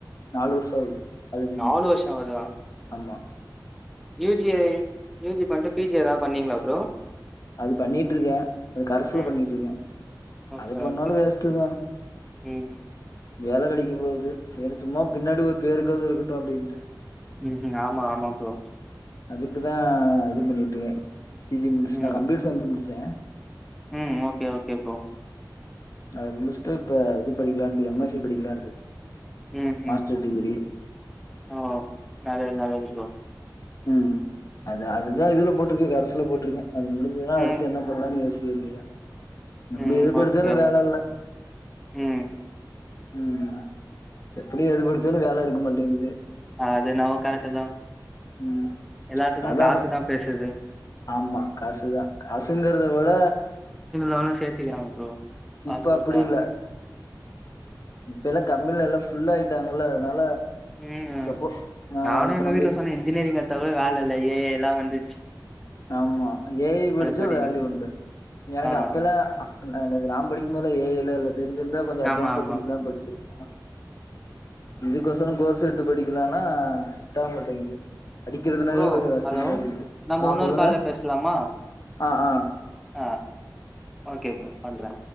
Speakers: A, on the left (about 50°); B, in the centre.
A: நாலு வர்ஷோ ஆகுது காலேஜு
B: நாலு
A: முடுச்சு
B: வருஷோ ஆவுதா
A: ஆமா
B: யூ ஜி யூ ஜி பண்ட்டு பி ஜி எதாது பண்ணீங்ளா ப்ரோ
A: அது பண்ணிட்ருக்கே அது கரெஸ்ல
B: ம்
A: பண்ணிட்ருக்கே
B: ஓகே
A: அது பண்ணாலு
B: ஓகே
A: வேஸ்ட்டு தா
B: ம்
A: வேல கெடைக்கு போது செரி சும்மா பின்னாடி ஒரு பேருக்காவ்து இருக்கட்டு அப்டின்ட்டு
B: ம்ஹ்ம் ஆமா ஆமா ப்ரோ
A: அதுக்கு தா இது பண்ணிட்ருக்கே பி ஜி முடுச்னா
B: ம்
A: நா கம்ப்யூட்டர் சயின்ஸ் முடுச்சே
B: ம் ஓகே ஓகே ப்ரோ
A: அத முடுச்ட்டு இப்ப இது படிக்கலான்ட்டு எம் எஸ் சி படிக்லான்ட்ருக்கே
B: ம்
A: மாஸ்டர்
B: ம்
A: டிகிரி
B: ஓ நல்லது நல்லது ப்ரோ
A: ம் அது அதுதா இதுல போட்ருக்கு கரசுல போட்ருக்கே அது முடுச்சுதனா அடுத்து
B: ம்
A: என்ன பண்ணலானு யோசிக்க துதா நம்ப
B: ம்
A: எது படுச்சாலு
B: ஓகே
A: வேல இல்ல
B: ம்
A: ம் ம் எத்தனையோ எது படுச்சாலு வேல இருக்க மாட்டேங்குது
B: அ அது என்னவோ கரெக்ட்டு தா
A: ம்
B: எல்லாத்துக்கு
A: அதா
B: காசுதா
A: சொ
B: பேசுது
A: ஆமா காசுதா காசுங்கறத விட
B: நானு சேத்திக்கிறாங்க ப்ரோ காசு
A: இப்ப
B: குடுத்தா
A: அப்டி இல்ல இப்ப எல்லா கம்பெனி எல்லா ஃபுல்லா ஆயிட்டாங்கல்ல அதனால
B: ம்
A: சப்போ ஆ
B: நானு
A: இப்ப
B: எங்க
A: நம்ப
B: வீட்ல சொன்னே இன்ஜினியரிங்க தவுர வேல இல்ல ஏ ஐ லா வந்து
A: ஆமா ஏ ஐ படிச்சா
B: படின்னு
A: வேல்யூ உண்டு எனக்கு
B: ஆ
A: அப்பல்லா அப் எனக்கு நா படிக்கும்போதுலா ஏ ஐ லா இல்ல தெரிஞ்சிருந்தா கொஞ்சோ அட்வான்ஸா
B: ஆமா ஆமா
A: படிக்லானு படுச்சிருப் இதுக்கோசோ கோர்ஸ் எடுத்து படிக்லானா செட் ஆகா மாட்டேங்குது படிக்கிறதுனாவே
B: ப்ரோ
A: கொஞ்சோ கஷ்டமா
B: ஹலோ
A: இருக்குது
B: நம்ம
A: ஆ
B: உன்னொரு
A: சொல்லுங்க
B: கால்ல பேசலாமா
A: ஆ ஆ
B: ஆ ஓகே ப்ரோ பண்றே